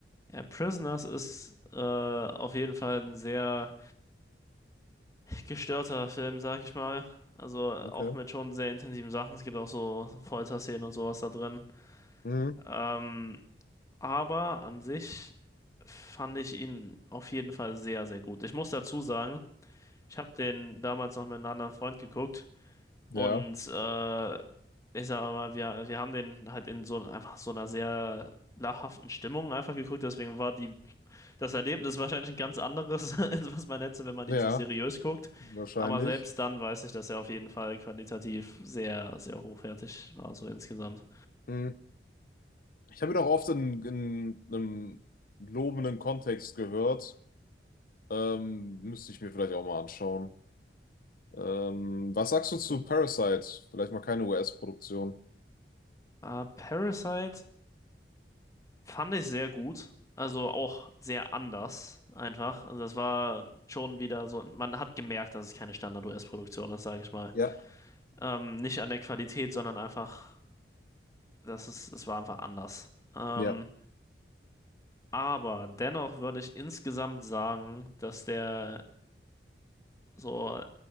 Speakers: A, on the left; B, on the left.
A: Ja, Prisoners ist äh, auf jeden Fall ein sehr gestörter Film, sag ich mal. Also auch
B: Okay.
A: mit schon sehr intensiven Sachen. Es gibt auch so Folterszenen und sowas da drin.
B: Mhm.
A: Ähm, aber an sich fand ich ihn auf jeden Fall sehr, sehr gut. Ich muss dazu sagen, ich habe den damals noch mit einem anderen Freund geguckt
B: Ja,
A: und äh, ich sag mal, wir, wir haben den halt in so einfach so einer sehr lachhaften Stimmung einfach geguckt. Deswegen war die das Erlebnis ist wahrscheinlich ein ganz anderes, <laughs> als was man hätte, wenn man
B: ja,
A: ihn so seriös guckt.
B: wahrscheinlich.
A: Aber selbst dann weiß ich, dass er auf jeden Fall qualitativ sehr, sehr hochwertig war, so insgesamt.
B: Mhm. Ich habe ihn auch oft in, in einem lobenden Kontext gehört. Ähm, müsste ich mir vielleicht auch mal anschauen. Ähm, was sagst du zu
A: Mhm.
B: Parasite? Vielleicht mal keine US-Produktion.
A: Äh, Parasite fand ich sehr gut. Also auch sehr anders, einfach. Also das war schon wieder so, man hat gemerkt, dass es keine Standard-US-Produktion ist, sage ich mal.
B: Ja,
A: Ähm, nicht an der Qualität, sondern einfach, dass es, es war einfach anders. Ähm,
B: ja.
A: aber dennoch würde ich insgesamt sagen, dass der So,